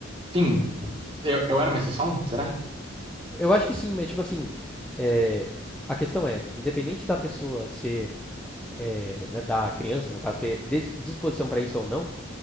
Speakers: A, on the right; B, in the centre.
A: sim, Eu, eu era uma exceção? Será?
B: Eu acho que sim, mas tipo assim, é, a questão é, independente da pessoa ser é, da criança, no caso, ter disposição para isso ou não,